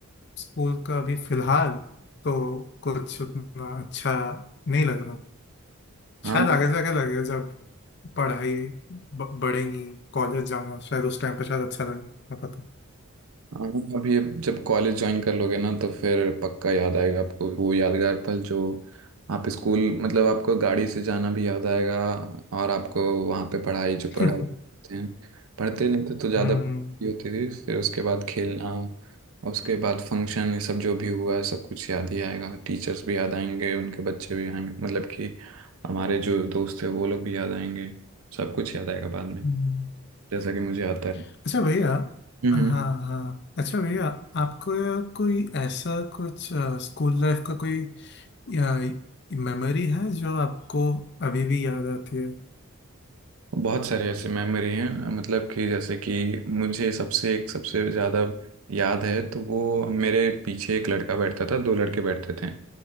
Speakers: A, on the left; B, on the right.
A: स्कूल का अभी फिलहाल तो कुछ उतना अच्छा नहीं लग रहा शायद
B: हाँ
A: आगे जाके लगे जब पढ़ाई ब- बढ़ेंगी कॉलेज जाना शायद उस टाइम पे शायद अच्छा लगे क्या पता
B: हाँ अभी अब जब कॉलेज ज्वाइन कर लोगे ना तो फिर पक्का याद आएगा आपको वो यादगार पल जो आप स्कूल मतलब आपको गाड़ी से जाना भी याद आएगा और आपको वहाँ पे पढ़ाई जो
A: <laughs>
B: पढ़ा करते हैं पढ़ते नहीं थे तो ज़्यादा
A: हम्म
B: होती थी फिर उसके बाद खेलना और उसके बाद फंक्शन ये सब जो भी हुआ है सब कुछ याद ही आएगा टीचर्स भी याद आएंगे उनके बच्चे भी आएंगे मतलब कि हमारे जो दोस्त थे वो लोग भी याद आएंगे सब कुछ याद आएगा बाद में
A: हम्म।
B: जैसा कि मुझे आता
A: अच्छा भैया
B: है
A: हाँ हाँ अच्छा भैया आपको कोई ऐसा कुछ स्कूल लाइफ का कोई या, मेमोरी है जो आपको अभी भी याद आती है
B: बहुत सारे ऐसे मेमोरी हैं मतलब कि जैसे कि मुझे सबसे एक सबसे ज़्यादा याद है तो वो मेरे पीछे एक लड़का बैठता था दो लड़के बैठते थे